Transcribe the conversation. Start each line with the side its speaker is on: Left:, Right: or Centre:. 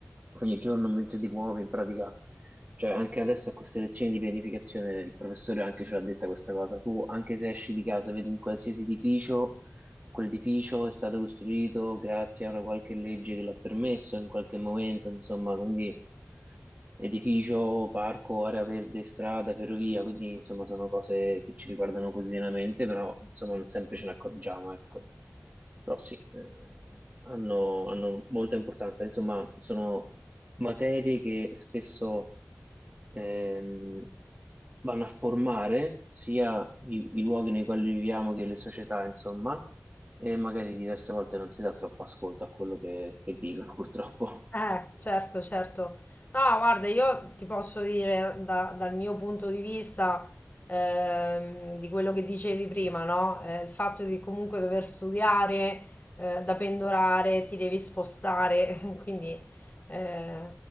Right: ogni giorno mentre ti muovi, in pratica, cioè anche adesso a queste lezioni di pianificazione il professore anche ce l'ha detta questa cosa, tu anche se esci di casa, vedi in qualsiasi edificio, quell'edificio è stato costruito grazie a una qualche legge che l'ha permesso in qualche momento, insomma, quindi edificio, parco, area verde, strada, ferrovia, quindi insomma sono cose che ci riguardano quotidianamente, però insomma non sempre ce ne accorgiamo, ecco. Però sì, eh, hanno, hanno molta importanza, insomma sono materie che spesso ehm, vanno a formare sia i, i luoghi nei quali viviamo che le società, insomma, e magari diverse volte non si dà troppo ascolto a quello che che dicono, <laughs> purtroppo.
Left: Eh, certo, certo. No, guarda, io ti posso dire da- dal mio punto di vista ehm, di quello che dicevi prima, no? Eh, il fatto di comunque dover studiare, eh, da pendolare, ti devi spostare, <laughs> quindi eh,